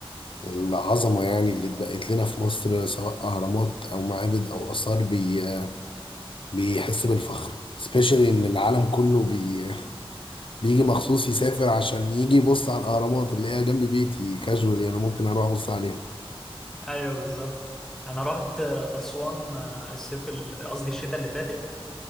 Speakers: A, on the left (about 60°); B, in the centre.
A: العظمه يعني اللي اتبقت لنا في مصر سواء اهرامات او معابد او اثار بي بيحس بالفخر سبيشالي ان العالم كله بي بيجي مخصوص يسافر عشان يجي يبص على الاهرامات اللي هي جنب بيتي كاجوال يعني ممكن اروح ابص عليها
B: ايوه بالظبط انا رحت اسوان آه، الصيف ال- قصدي الشتاء اللي فاتت